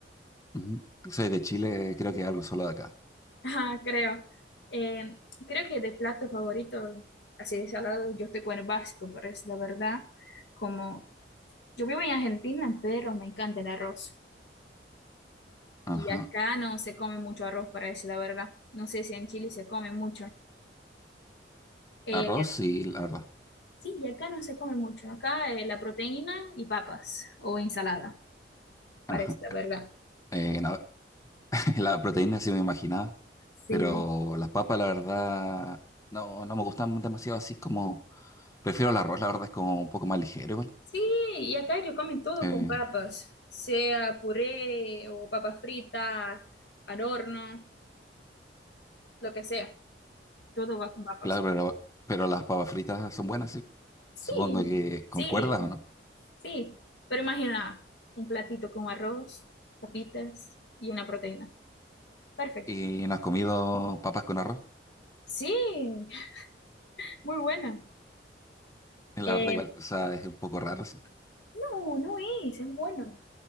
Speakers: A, on the left; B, on the left.
A: ujú, soy de Chile, creo que es algo solo de acá.
B: Ah, creo. Eh, creo que de plato favorito, así de salado, yo estoy con el básico, pero es la verdad, como yo vivo en Argentina, pero me encanta el arroz.
A: Ajá.
B: Y acá no se come mucho arroz, para decir la verdad. No sé si en Chile se come mucho. Eh,
A: Arroz, y la verdad.
B: Sí, y acá no se come mucho. Acá eh, la proteína y papas o ensalada, parece
A: Ajá.
B: la verdad.
A: Eh, no, <laughs> la proteína sí me imaginaba,
B: Sí.
A: pero las papas, la verdad, no, no me gustan demasiado así como. Prefiero el arroz, la verdad, es como un poco más ligero, igual.
B: Sí, y acá yo como todo
A: Eh,
B: con papas, sea puré o papa frita, al horno, lo que sea. Todo va con papas.
A: claro, pero, pero las papas fritas son buenas, sí.
B: Sí,
A: Supongo que concuerdas,
B: sí,
A: ¿o no?
B: sí. Pero imagina un platito con arroz, papitas y una proteína. Perfecto.
A: Y no has comido papas con arroz.
B: Sí, <laughs> muy buena.
A: Eh, La
B: Eh,
A: verdad, igual, o sea, es un poco raro, sí.
B: no, no es, es bueno.